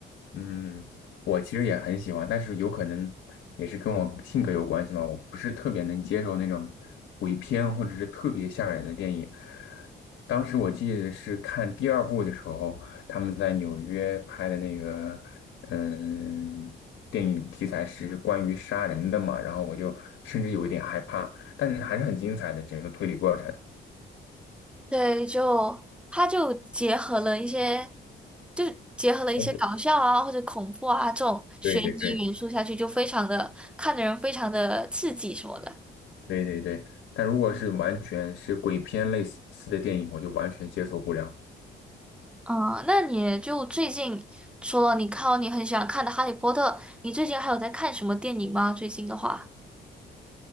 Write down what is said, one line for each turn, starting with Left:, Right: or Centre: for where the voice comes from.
Left: 嗯，我其实也很喜欢，但是有可能也是跟我性格有关系嘛。我不是特别能接受那种鬼片或者是特别吓人的电影。当时我记得是看第二部的时候，他们在纽约拍的那个，嗯，电影题材是关于杀人的嘛，然后我就甚至有一点害怕，但是还是很精彩的整个推理过程。
Centre: 对，就它就结合了一些，就结合了一些搞笑啊或者恐怖啊这种悬疑元素下去，
Left: 通过对对对
Centre: 就非常的看的人非常的刺激什么的。
Left: 对对对，但如果是完全是鬼片类似的电影，我就完全接受不了。
Centre: 嗯，那你就最近除了你看你很喜欢看的《哈利波特》，你最近还有在看什么电影吗？最近的话，